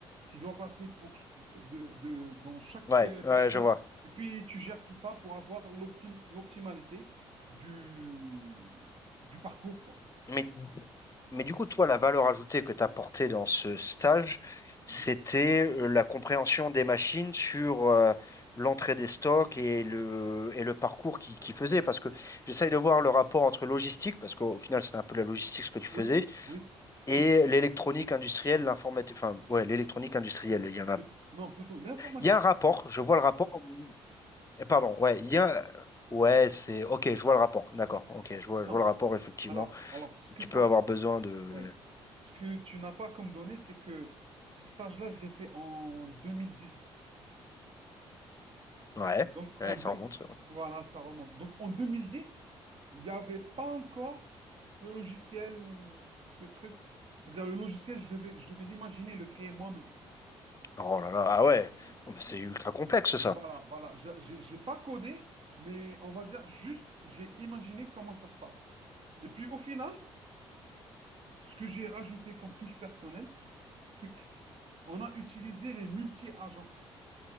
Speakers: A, on the right (about 45°); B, on the left (about 25°).
A: qui doit passer pour, ch- de, de- dans chaque
B: ouais,
A: euh, partie.
B: ouais, je vois.
A: Et puis, tu gères tout ça pour avoir l'optim- l'optimalité du, du parcours, quoi.
B: Mais Mais du coup, toi, la valeur ajoutée que tu as apportée dans ce stage, c'était
A: Mhm.
B: euh, la compréhension des machines sur euh, l'entrée des stocks et le, et le parcours qui qui faisait. Parce que j'essaye de voir le rapport entre logistique, parce qu'au final, c'était un peu la logistique ce que tu
A: Oui,
B: faisais,
A: oui.
B: et l'électronique industrielle, l'informatique, enfin, ouais, l'électronique industrielle. Il y en a.
A: Plut- Non, plutôt l'informatique
B: Il y a un
A: industrielle.
B: rapport, je vois le rapport. euh, Eh, Pardon, ouais, il y a. Ouais, c'est. Ok, je vois le rapport, d'accord. Ok, je vois,
A: Non.
B: je vois le rapport, effectivement.
A: Alors, alors, ce que
B: Tu
A: t'as
B: peux
A: pas,
B: avoir besoin de.
A: ouais. Ce que tu n'as pas comme données, c'est que ce stage-là, je l'ai fait en 2010.
B: Ouais,
A: Donc,
B: ouais,
A: en deux-
B: ça remonte.
A: voilà, ça remonte. Donc, en 2010, il n'y avait pas encore le logiciel ou ce truc. C'est-à-dire, le logiciel, je devais, je devais l'imaginer, le créer moi-même.
B: Oh là là, ah ouais,
A: Bon,
B: Oh, Mais c'est
A: bon.
B: ultra complexe ça.
A: Voilà, voilà. Je- J'ai j'ai pas codé, mais on va dire juste, j'ai imaginé comment ça se passe. Et puis, au final, ce que j'ai rajouté comme touche personnelle, c'est qu'on a utilisé les multi-agents.